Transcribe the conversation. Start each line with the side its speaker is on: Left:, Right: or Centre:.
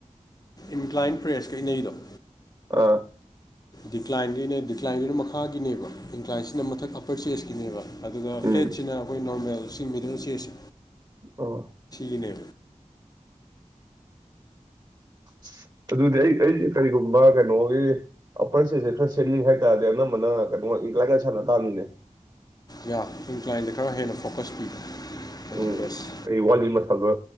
Left: ꯏꯟꯀ꯭ꯂꯥꯏꯟ ꯄ꯭ꯔꯦꯁ ꯀ ꯏꯟ ꯅꯩꯗꫭ
Right: ꯑꯥ
Left: ꯗꯤꯀ꯭ꯂꯥꯏꯟꯒꯤꯅꯦ ꯗꯤꯀ꯭ꯂꯥꯏꯟꯒꯤꯅ ꯃꯈꯥꯒꯤꯅꯦꯕ ꯏꯟꯀ꯭ꯂꯥꯏꯟꯁꯤꯅ ꯃꯊꯛ ꯑꯞꯄꯔ ꯆꯦꯁꯀꯤꯅꯦꯕ ꯑꯗꯨꯒ
Right: ꯎꯝ
Left: ꯐ꯭ꯂꯦꯠꯁꯤꯅ ꯑꯩꯈꯣꯏ ꯅꯣꯔꯃꯦꯜ ꯆꯤꯡꯕꯤꯗꯨꯅ ꯆꯦꯁ
Right: ꯑꫭ
Left: ꯏꯅꯦ
Right: <unintelligible> ꯑꯗꯨꯗꯤ ꯑꯩ ꯑꯩ ꯀꯔꯤꯒꯨꯝꯕ ꯀꯩꯅꯣꯒꯤ ꯑꯄꯔ ꯆꯦꯁꯁꯦ ꯈꯔ ꯁꯦꯝꯅꯤꯡ ꯍꯥꯏ ꯇꯔꯗꯤ ꯑꯅꯝꯕꯅ ꯀꯩꯕꫭꯟ ꯏꯟꯀ꯭ꯂꯥꯏꯟꯗ ꯁꯥꯟꯅ ꯇꯕꯅꯤꯅꯦ
Left: ꯌꯥ ꯏꯟꯀ꯭ꯂꯥꯏꯟꯗ ꯈꯔ ꯍꯦꯟꯅ ꯐꯣꯀꯁ ꯄꯤꯕ ꯑꯗꯨꯝ
Right: ꯎꯝ
Left: ꯕꯦꯁ
Right: ꯑꯩ ꯋꯥꯠꯂꯤ ꯃꯁꯜꯗꯣ